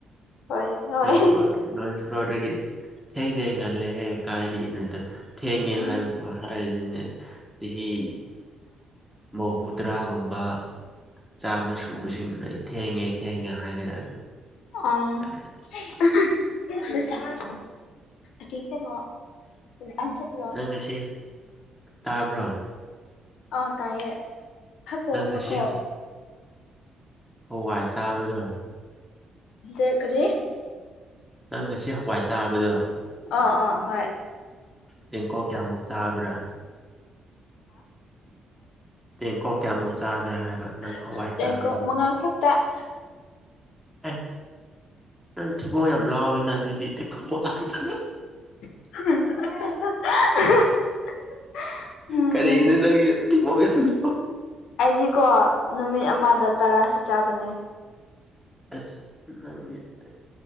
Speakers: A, on the left; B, in the centre.
A: ꯍꯣꯏ ꯍꯣꯏ
B: ꯐꯔꯁꯠ ꯐ꯭ꯂꯣꯔ ꯅꯣꯏ ꯐ꯭ꯂꯣꯔꯗꯒꯤ ꯊꯦꯡꯗ ꯉꯜꯂꯦ ꯍꯦ ꯀꯥꯏꯗꯒꯤꯅꯣꯗ ꯊꯦꯡꯉꯦ
A: ꯎꯝ
B: ꯍꯥꯏꯕ ꯍꯥꯏꯔꯤꯗꯤꯅꯦ ꯆꯍꯤ ꯃꯧꯕꯨ ꯇꯔꯥꯒꯨꯝꯕ ꯆꯥꯝꯃ ꯁꯨꯕꯁꯤꯡꯗꯨꯅ ꯑꯩ ꯊꯦꯡꯉꯦ ꯊꯦꯡꯉꯦ ꯍꯥꯏꯒꯗꯕꯅꯤ
A: ꯑ
B: ꯍꯥꯏꯗꯤ
A: <unintelligible> <unintelligible>
B: ꯅꯪ ꯉꯁꯤ ꯇꯥꯕ꯭ꯔꯣ
A: ꯑꯥꯎ ꯇꯥꯏꯌꯦ ꯐꯀꯣ
B: ꯅꯪ ꯉꯁꯤ
A: ꯐꯀꯣ
B: ꯍꯋꯥꯏ ꯆꯥꯕꯗꯣ
A: ꯗ ꯀꯔꯤ
B: ꯅꯪ ꯉꯁꯤ ꯍꯋꯥꯏ ꯆꯥꯕꯗꯣ
A: ꯑ ꯑꯣ ꯍꯣꯏ
B: ꯇꯦꯡꯀꯣꯠ ꯀꯌꯥꯃꯨꯛ ꯆꯥꯕ꯭ꯔꯥ ꯇꯦꯡꯀꯣꯠ ꯀꯌꯥꯃꯨꯛ
A: <inaudible>
B: ꯆꯥꯕ꯭ꯔꯥ ꯍꯥꯏꯕ ꯅꯪ ꯍꯋꯥꯏ
A: ꯇꯦꯡꯀꯣꯛ
B: ꯆꯥꯕꯗꯣ
A: ꯃꯉꯥ
B: ꯉꯁꯤ
A: ꯈꯛꯇ <inaudible>
B: ꯑꯦ ꯅꯪ ꯊꯤꯕꯣꯡ ꯌꯥꯝ ꯂꯥꯎꯏꯅ ꯑꯗꯨꯗꯤ ꯇꯦꯡꯀꯣꯠ ꯃꯉꯥ ꯈꯛꯇ
A: <inaudible> ꯎꯝ
B: ꯀꯔꯤꯅꯣ
A: ꯎꯝ
B: ꯅꯪ ꯊꯤꯕꯣꯡ ꯌꯥꯝ ꯂꯥꯎꯋꯤ
A: ꯑꯩꯖꯤꯀꯣ ꯅꯨꯃꯤꯠ ꯑꯃꯗ ꯇꯔꯥꯁꯨ ꯆꯥꯕꯅꯦ
B: ꯑꯁ ꯅꯪꯒꯤ ꯑꯁ